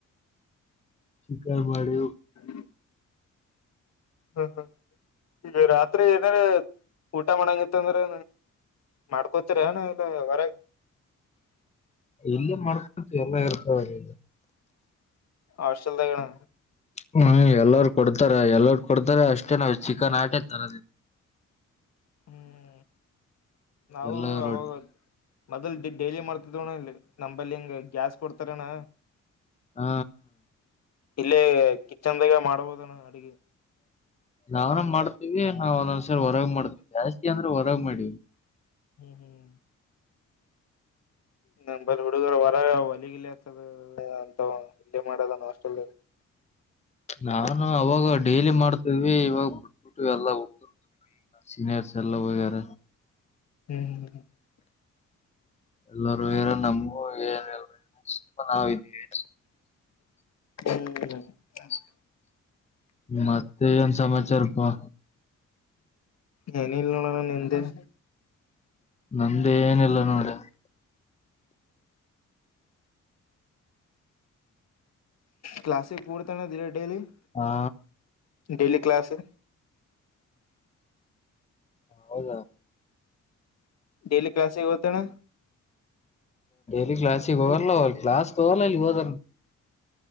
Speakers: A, on the left; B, on the left.
A: ಶೀಕಾರ ಮಾಡ..
B: ಹ್ಮ.. ಹ್ಮ ಹ್ಮ್ ಈಗ ರಾತ್ರಿ ಏನಾರ ಊಟ ಮಾಡಂಗತ್ತ ಅಂದ್ರೆ.. ಮಾಡ್ಕೋತೀರ ಏನ ಇಲ್ಲ ಹೊರಗೆ..
A: ಇಲ್ಲೇ ಮಾಡ್ಕೊತಿ ಎಲ್ಲ ಇರ್ತವೆಲ್ಲಿ..
B: ಆಶಲ್ದಗಣ..
A: ಹ್ಮ್ ಎಲ್ಲಾರ ಕೊಡ್ತಾರ ಎಲ್ಲರು ಕೊಡ್ತಾರ ಅಷ್ಟೇ ನಾವವು ಚಿಕನ್ ಆಟೆ ತರದ...
B: ಹ್ಮ್ ನಾವು
A: ಎಲ್ಲ ರೊಟ್ಟಿ
B: ಅವಾಗದು.. ಮೊದಲ್ ಡೈಲಿ ಮಾಡ್ತಿದ್ವಣ್ಣ ನಂಬಲ್ಲಿ ಹಿಂಗ ಗ್ಯಾಸ್ ಕೊಡ್ತಾರಣ್ಣ..
A: ಹಾ..
B: ಇಲ್ಲೇ ಕಿಚನ್ದಾಗ ಮಾಡ್ಬೋದಾನ ಅಡಗೆ..
A: ನಾವನ್ ಮಾಡ್ತೇವಿ ನಾವ್ ಒಂದೊಂದ್ಸರಿ ಹೊರಗ ಮಾಡ್ತೀವಿ ಜಾಸ್ತಿ ಅಂದ್ರೆ ಹೊರಗ್ ಮಾಡೀವಿ..
B: ಹ್ಮ್ ಹ್ಮ್.. ನ ಬರ ಹುಡುಗರ ಹೊರ ಹೊಲಿಗಲ್ಲಿ ಆತದ ಅಂತ ಇಲ್ಲೇ ಮಾಡದ ಅಸ್ಟೆಲ್..
A: ನಾನು ಅವಾಗ ಡೈಲಿ ಮಾಡ್ತಿದ್ವಿ ಇವಾಗ ಬಿಟ್ಬಿಟ್ಟ ಎಲ್ಲ ಹೋಗತಿರ್.. ಸೀನಿಯರ್ ಸ ಎಲ್ಲ ವೇರ..
B: ಹ್ಮ್ ಹ್ಮ್..
A: ಎಲ್ಲಾರೂ ಹೇರ ನಮಗೂ ಏನಲ್ಲುಪ ನಾವ ಇದ್ವಿ <inaudible> <unintelligible>
B: ಹ್ಮ್ <inaudible>
A: ಮತ್ತೆ ಏನ್ ಸಮಾಚಾರಪ್ಪಾ,,
B: ನ ಇಲ್ಲಣ ನನ್ ಎಂದ <inaudible>
A: ನಮ್ದೇ ಏನಿಲ್ಲ ನೋಡು, -
B: ಕ್ಲಾಸಿ ಪೂರ್ತಾನ ದೀರ ಡೈಲಿ <unintelligible>
A: ಹಾ,
B: ಡೇಲಿ ಕ್ಲಾಸ್,
A: ಹೌದಾ,,
B: ಡೆಲಿ ಕ್ಲಾಸಿಗೆ ಹತನಾ..
A: ಲಿ ಗ್ಲಾಸ್ಗೆ ಹೋಗರ್ಲ ಗ್ಲಾಸ್ ತಗೋ ಅ ಹೋದರ್..